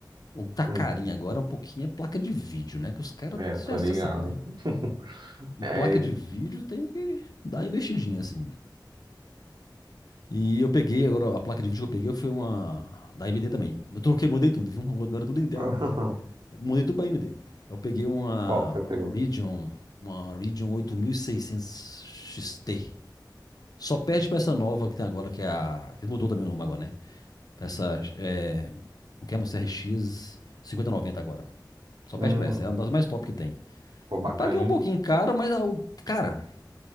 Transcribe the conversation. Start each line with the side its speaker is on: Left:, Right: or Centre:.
Left: O que tá
Right: Hum.
Left: carinho agora é um pouquinho é placa de vídeo, né? Que os caras,
Right: É,
Left: você
Right: tô ligado.
Left: sabe, né?
Right: <laughs>
Left: E
Right: É...
Left: placa de vídeo tem que dar uma investidinha, assim. E eu peguei, agora a placa de vídeo que eu peguei foi uma da AMD também. Eu troquei, mudei tudo, viu? O outro era tudo Intel.
Right: <laughs>
Left: Eu mudei tudo pra AMD. Eu peguei uma
Right: Qual que você pegou?
Left: Radeon, uma Radeon 8600 XT. Só perde pra essa nova que tem agora, que é a... que mudou também o nome agora, né? Pra essa, é... o que é uma CRX 5090 agora. Só
Right: Hum.
Left: perde pra essa, é uma das mais top que tem.
Right: Pô, bacana,
Left: Eu paguei um
Right: hein?
Left: pouquinho caro, mas, ah, o- cara,